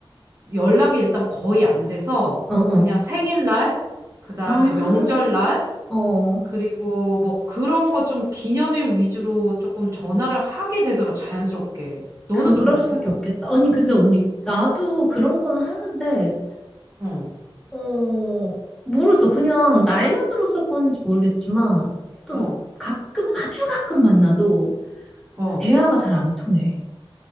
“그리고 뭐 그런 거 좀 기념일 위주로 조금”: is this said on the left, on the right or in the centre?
Right